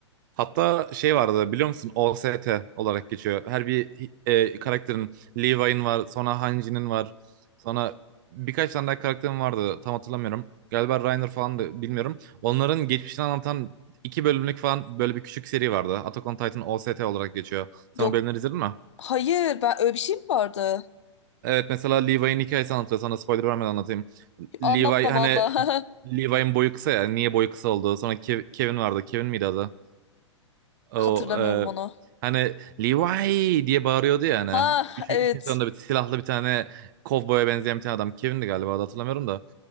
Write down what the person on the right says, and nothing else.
Hatta şey vardı biliyor musun? OST olarak geçiyor. Her bir e, karakterin Levi'nin var, sonra Hanji'nin var, sonra birkaç tane daha karakterin vardı. Tam hatırlamıyorum. Galiba Reiner falan da bilmiyorum. Onların geçmişini anlatan iki bölümlük falan böyle bir küçük seri vardı. Attack on Titan OST olarak geçiyor. Sen
o bölümleri izledin mi?
Evet mesela Levi'nin hikayesini anlatıyor. Sana spoiler vermeden anlatayım. Levi
hani
Levi'nin boyu kısa ya. Niye boyu kısa oldu? Sonra Kev- Kevin vardı. Kevin miydi adı? O
e,
hani Levi diye bağırıyordu ya hani.
Üç,
üçün sonunda bir silahlı bir tane kovboya benzeyen bir tane adam. Kevin'di galiba adı hatırlamıyorum da.